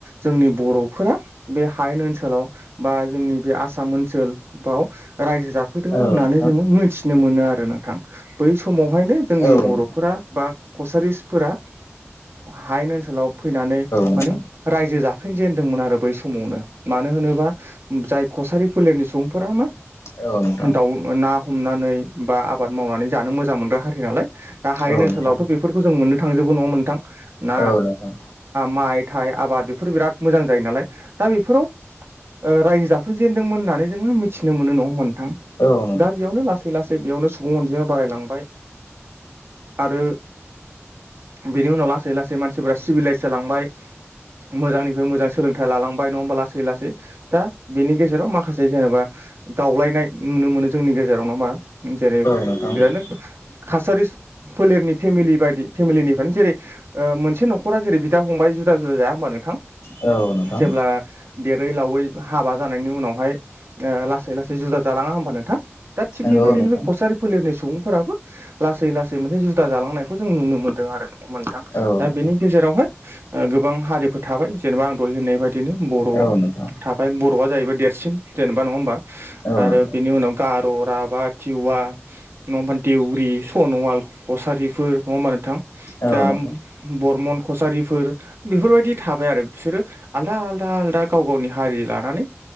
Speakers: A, on the right; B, on the left.
A: जोंनि बर'फोरा बे हायेन ओनसोलाव बा जोंनि बे आसाम ओनसोलाव रायजो जाफैदोंमोन
B: औ
A: होननानै
B: नोंथां
A: जोङो मिथि थिनो मोनो आरो नोंथां। बै समावहायनो जोंनि
B: औ नोंथां औ नोंथां
A: बर'फोरा
B: औ
A: बा कसारिफोरा हायेन ओनसोलाव फैनानै
B: नोंथां
A: मानिे रायजो जाफिनजेेनदोंमोन आरो बै समावनो मानो होनोबा जाय कसारि फोलेरनि सुबुंफोरा मा
B: औ नोंथां औ नोंथां
A: दाउ ना हमनानै बा आबाद मावनानै जानो मोजां मोनग्रा हारि नालाय दा हायेन
B: औ
A: ओनसोलावथ'
B: नोंथां
A: बे फोरखौ जों मोननो थांजोबो नङा होमबा नोंथां ना
B: औ नोंथां
A: माइ थाइ आबाद बेफोर बिराद मोजां जायो नालाय दा बेफोराव ओ रायजो जाफै जेन होननानै जोङो मिथिनो मोन न मोनथाम
B: औ नोंथां औ
A: दा बेयावनो ला थै लासै बेयावनो सुबुं अनजिमाया बारायलांबाय आरो बिनि उनाव लासै लासै मानसिफोरा सिभिलाइस जालांबाय। मोजांनिख मोजां सोलोंथाइ लालांबाय नङा होमबा? लासै लासै दा बेनि गेजेराव माखासे जेनेबा दावलायनाय नुनो मोनो जोंनि गेजेराव जेरै
B: नोंथां
A: बिरनो कासारि फोलेरनि फेमिलि बायदि फेमिलिनिफ्रायनो जेरै मोनसे न'खरा जेरै बिदा फंबाय जुदा जुदा जाया। होमबा नोंथां
B: औ नोंथां
A: जेब्ला। देरै लावै हाबा जानायनि उनावहाय लासै लासै जुदा जालाङा होमबा नोंथां? दा थिग
B: नंगौ
A: बेफारिनो
B: नोंथां
A: बे खसारि फोलेरनि सुबुंफोराबो लासै लासै मोनसे जुदा जालांनायखौ जों नुनो मोन्दों आरो नङा होमबा नोंथां
B: औ
A: दा
B: नोंथां
A: बेनि गेजेरावहाय गोबां हारिफोर थाबाय जेनेबा आं दय होननाय बा दिनो बर'
B: औ नोंथां
A: थाबाय बर'आ जाहैबाय देरसिन जेनेबा नङा होमबा
B: औ
A: आरो
B: नोंथां
A: बेनि उनाव गार' राभा टिवा नङा होमबा देउरि सन'वाल कसारिफोर नङा होमबा नोंथां
B: औ
A: दा
B: नोंथां औ नोंथां
A: बरमन कसारिफोर बेफोरबायदि थाबाय आरो बिसोरो आलदा आलदा आलदा गाव गावनि हारि लानानै